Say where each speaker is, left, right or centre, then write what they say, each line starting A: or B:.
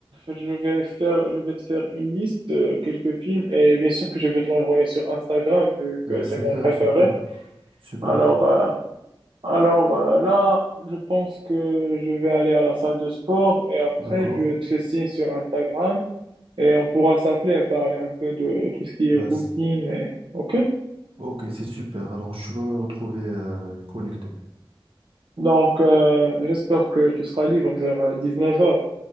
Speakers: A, on the right; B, on the right.
A: je vais faire, je vais te faire une liste de quelques films et bien sûr que je vais te l'envoyer sur Instagram vu
B: Bah,
A: que c'est
B: super,
A: mon préféré.
B: super, super.
A: Alors, euh, alors euh, là, je pense que je vais aller à la salle de sport et après,
B: D'accord.
A: je te fais signe sur Instagram et on pourra s'appeler et parler un peu de tout ce qui
B: Bah,
A: est routine.
B: c-
A: et- OK?
B: ok, c'est super. Alors, je vais me retrouver euh, connecté.
A: Donc, euh, j'espère que tu seras libre vers dix neuf heures